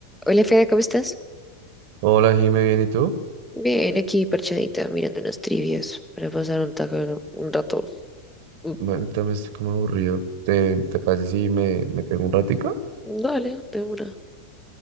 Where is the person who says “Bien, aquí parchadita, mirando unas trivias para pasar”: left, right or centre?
Centre